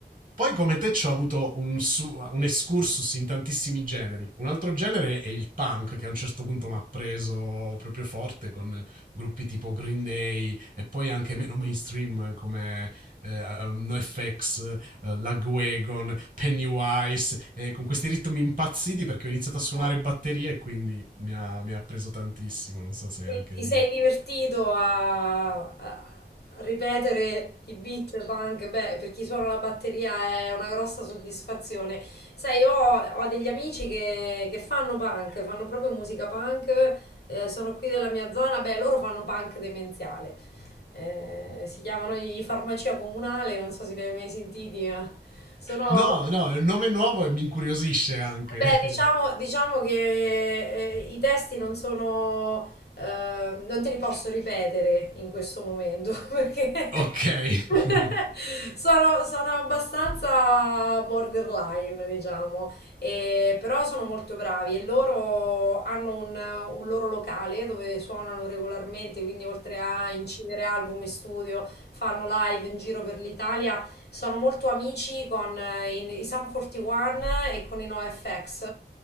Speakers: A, on the right; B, on the left.
A: poi come te ci ho avuto un, su- un excursus in tantissimi generi. Un altro genere è il punk che a un certo punto mi ha preso proprio forte con gruppi tipo Green Day e poi anche meno mainstream come eh, NoFX, eh, Lagwagon, Pennywise, eh, con questi ritmi impazziti perché ho iniziato a suonare
B: No,
A: batterie e quindi mi ha, mi ha preso tantissimo, non so se
B: Ti
A: anche
B: ti
A: lì.
B: sei divertito a, a- a ripetere i beat punk? Beh, per chi suona la batteria è una grossa soddisfazione. Sai, io ho, ho degli amici che, che fanno punk, fanno proprio musica punk, eh, sono qui della mia zona, beh, loro fanno punk demenziale. Eh, si chiamano i Farmacia Comunale, non so se li hai mai sentiti, ma sono...
A: No, no, è un nome nuovo e mi incuriosisce anche.
B: Beh, diciamo,
A: <laughs>
B: diciamo che eh, i testi non sono, eh, non te li posso ripetere in questo momento <laughs> perché
A: Ok. <laughs>
B: <laughs> sono, sono abbastanza borderline, diciamo, E- però sono molto bravi e loro hanno un, un loro locale dove suonano regolarmente, quindi oltre a incidere album in studio, fanno live in giro per l'Italia sono molto amici con eh, i, i Sum 41 e con i NoFX.